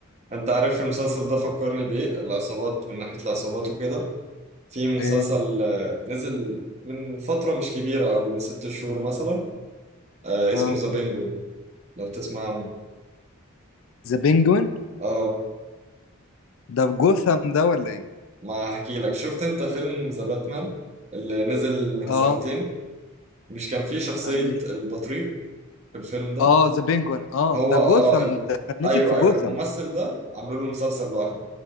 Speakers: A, on the right; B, on the left.
A: انت عارف المسلسل ده فكرني بايه العصابات من ناحيه العصابات وكده في مسلسل
B: آه،
A: آه، نزل من فتره مش كبيره او من ست شهور مثلا آه، اسمه
B: اه
A: ذا بينجوين لو تسمع عنه
B: ذا بينجوين
A: اه
B: ده في جوثام ده ولا ايه
A: ما هحكي لك شفت انت فيلم ذا باتمان اللي نزل من
B: اه
A: سنتين مش كان فيه شخصية
B: آه، مش
A: البطريق في الفيلم ده
B: اه ذا بينجوين اه
A: هو
B: ده
A: اه
B: جوثام
A: ال...
B: ده كان
A: ايوه
B: نزل في جوثام
A: ايوه الممثل ده عملوا له مسلسل لوحده